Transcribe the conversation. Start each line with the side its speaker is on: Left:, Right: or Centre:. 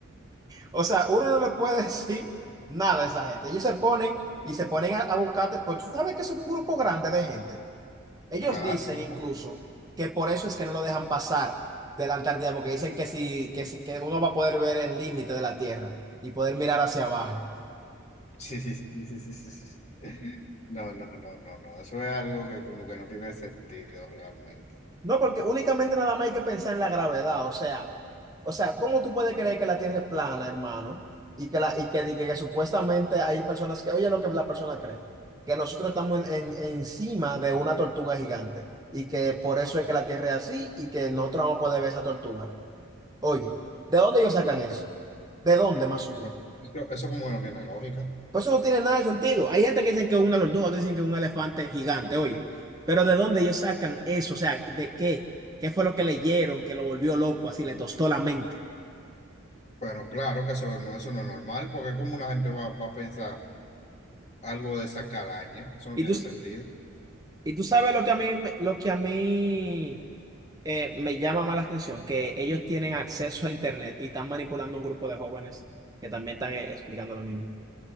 Right: o sea, uno no le puede decir nada a esa gente. Ellos se ponen y se ponen a, a buscarte, pues tú sabes que es un grupo grande de gente. Ellos
Left: Claro,
Right: dicen
Left: no.
Right: incluso
Left: <laughs>
Right: que por eso es que no lo dejan pasar de la Antártida, porque dicen que si, que si- que uno va a poder ver el límite de la Tierra y poder mirar hacia abajo.
Left: Sí, sí, sí, sí, sí, sí, sí, sí. No, no, no, no, no. Eso es algo que como que no tiene sentido realmente.
Right: No, porque únicamente nada más hay que pensar en la gravedad, o sea, o sea, ¿cómo tú puedes creer que la Tierra es plana, hermano? Y que la, y que, y que- que supuestamente hay personas que, oye, lo que las personas creen, que nosotros estamos en- en- encima de una tortuga gigante y que por eso es que la Tierra es así y que nosotros vamos a poder ver esa tortuga. Oye, ¿de dónde ellos sacan eso? ¿De dónde más o menos?
Left: Pues, Eso, eso como que no tiene lógica.
Right: Pues eso no tiene nada de sentido. Hay gente que dice que es una tortuga, otros dicen que es un elefante gigante, oye. Pero ¿de dónde ellos sacan eso? O sea, ¿de qué? ¿Qué fue lo que leyeron que lo volvió loco, así le tostó la mente?
Left: Pero claro que eso no, eso no es normal, porque como una gente va, va a pensar algo de esa calaña, eso no
Right: Y
Left: tiene
Right: tú,
Left: sentido.
Right: y tú sabes lo que a mí, me- lo que a mí eh, me llama más la atención, que ellos tienen acceso a Internet y están manipulando un grupo de jóvenes que también están eh, explicando lo mismo,